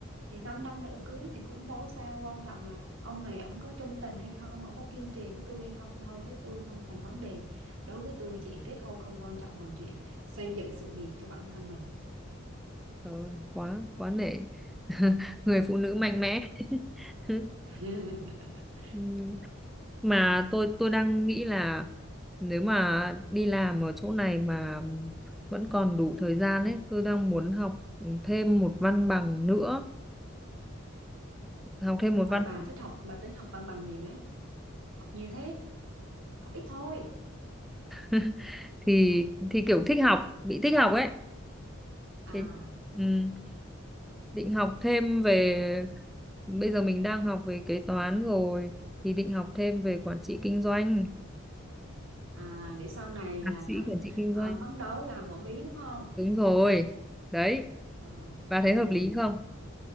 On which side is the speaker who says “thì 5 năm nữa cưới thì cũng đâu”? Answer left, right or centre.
Right